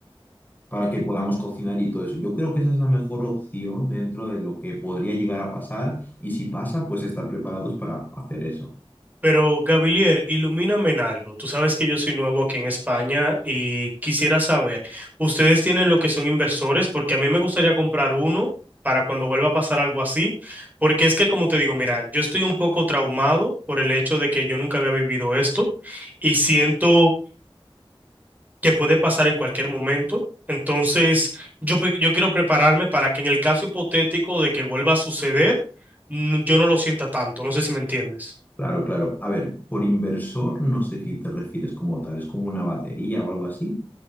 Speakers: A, on the left; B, on the right.
A: para que podamos cocinar y todo eso. Yo creo que esa es la mejor opción dentro de lo que podría llegar a pasar y si pasa, pues estar preparados para hacer eso.
B: Pero Gabilier, ilumíname en algo. Tú sabes que yo soy nuevo aquí en España y quisiera saber, ¿ustedes tienen lo que son inversores? Porque a mí me gustaría comprar uno para cuando vuelva a pasar algo así. Porque es que, como te digo, mira, yo estoy un poco traumado por el hecho de que yo nunca había vivido esto y siento que puede pasar en cualquier momento. Entonces, yo, pe- yo quiero prepararme para que en el caso hipotético de que vuelva a suceder, n- yo no lo sienta tanto. No sé si me entiendes.
A: Claro, claro. A ver, por inversor no sé qué te refieres como tal, es como una batería o algo así.